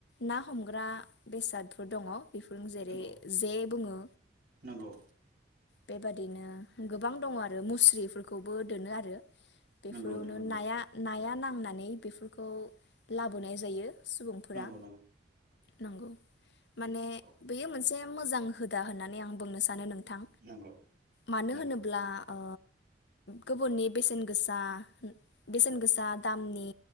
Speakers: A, on the left; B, on the right.
A: ना हमग्रा बेसादफोर दङ बेफोर जेरै
B: नंगौ
A: जे बुंङो।
B: नंगौ
A: बेबादिनो गोबां दङ आरो मुस्रिफोरखौबो दोनो आरो बेफोरावनो
B: नंगौ नोंथां नंगौ
A: नाया नाया ना फानानै बेफोरखौ लाबोनाय जायो। सुबुंफोरा
B: नंगौ
A: नंगौ माने
B: औ
A: बैयो मोनसे मोजां होदा होननानै आं बुंनो सानो नोंथां
B: नंगौ
A: मानो
B: नंगौ
A: होनोब्ला ओ गुबुननि बेसेन गोसा बेसेन गोसा दामनि